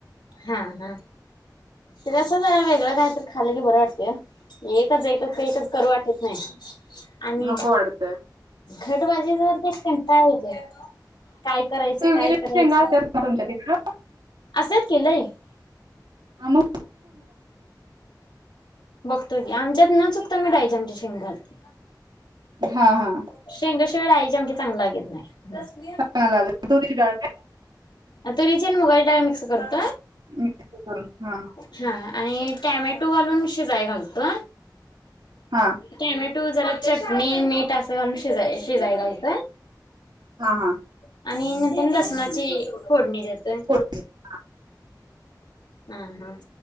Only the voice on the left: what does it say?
हा हा ते कसं जरा वेगळं काय तर खालं की बरं वाटत एकच एक तस एकच करू वाटत नाही आणि
घटबाजी जर देत का काय होते काय करायचं
काय करायचं
असच नाही
बघतो की आमच्यात न चुकता मीडायची आमच्या शिंग घात
शेंग शिवाळा आयच्या आमख चांगलं लागत नाही
तुरीची आणि मुगा टाला मिक्स करू
हा आणि टॅमॅटो वालून शिजय घालतो
टमॅटो जरा चटणी मीठ असं घालून शज शिजाय घालचं
आणि नंतर लसणाची फोडणी जातय
हम् हम